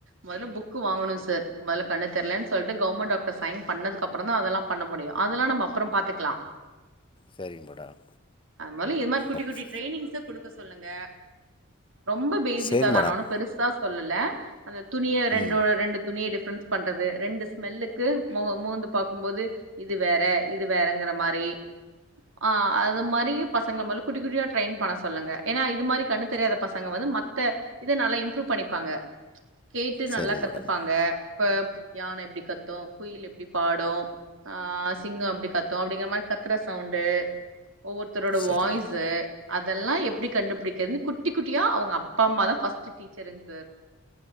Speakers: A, on the right; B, on the left.
A: மொதல புக்கு வாங்கணுஸ் சர் மொதல கண்ணு தெர்லேன் சொல்ட்டு கவ்மண் டாக்டர் சைன் பண்ணதுக்கப்றந்தா அதலா பண்ண முடியு அதலா நம்ப அப்பறம் பாத்துக்லா
B: சரிங்க மேடம்
A: மொலி இது மாரி குட்டி
B: அப்-
A: குட்டி ட்ரெய்னிங்ஸ்ஸ குடுக்க சொல்லுங்க ரொம்ப பேசிக்கா
B: சரிங்க
A: தா
B: மேடம்
A: நா ஒனு பெருஸ்சா சொல்லுல அந்த துணிய ரெண்டோட
B: ம்
A: ரெண்டு துணிய டிஃப் ட்ஃப்ரன்ஸ் பண்றது ரெண்டு ஸ்மெல்லுக்கு மோ மோந்து பாக்கும்போது இது வேற இது வேறங்குற மாரி ஆ அது மாரி பசங்ள மொல்ல குட்டி குட்டியா ட்ரெய்ன் பண்ண சொல்லுங்க ஏனா இது மாரி கண்ணுத்தெரியாத பசங்க வந்து மத்த இத நல்லா இம்ப்ருவ் பண்ணிப்பாங்க கேட்டு
B: சரிங்க
A: நல்லா கத்துப்பாங்க
B: மேடம்
A: இப்ப யான எப்டி கத்து குயில் எப் டி பாடு ஆ சிங்கொ எப்டி கத்து அப்டிங்ற மாரி கத் கத்ற சவுண்டு ஒவ்வொருத்தரோட
B: சரிங்க
A: வாய்ஸு
B: மேடம்
A: அதெல்லா எப்டி கண்டுபிடிக்கிறதுன்னு குட் குட்டி குட்டியா அவங்க அப்பா அம்மாதா ஃபர்ஸ்ட் டீச்சரு அன்ட் சார்